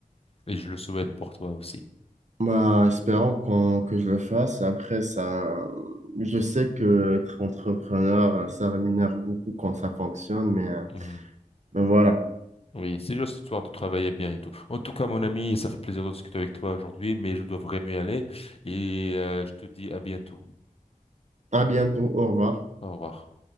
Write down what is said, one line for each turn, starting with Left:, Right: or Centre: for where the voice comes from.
Left: Et je le souhaite pour toi aussi.
Right: Bah, espérons qu'on, que je le fasse. Après, ça, je sais que être entrepreneur, ça rémunère beaucoup quand ça fonctionne, mais euh,
Left: Mmh.
Right: ben voilà.
Left: Oui, c'est juste histoire de travailler bien et tout. En tout cas, mon ami, ça fait plaisir de discuter avec toi aujourd'hui, mais je dois vraiment y aller et euh, je te dis à bientôt.
Right: À bientôt, au revoir.
Left: Au revoir.